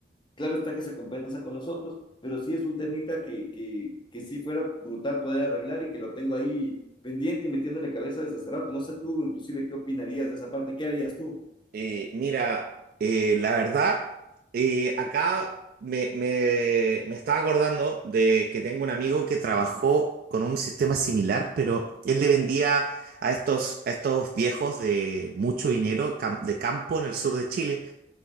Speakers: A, on the left; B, on the right.
A: Claro está que se compensa con nosotros, pero sí es un temita que, que, que sí fuera brutal poder arreglar y que lo tengo ahí pendiente y metiéndole cabeza desde hace rato. No sé tú, inclusive, qué opinarías de esa parte, qué harías tú.
B: Eh, mira, eh, la verdad, eh, acá me, me, me estaba acordando de que tengo un amigo que trabajó con un sistema similar, pero él le vendía a estos, a estos viejos de mucho dinero cam- de campo en el sur de Chile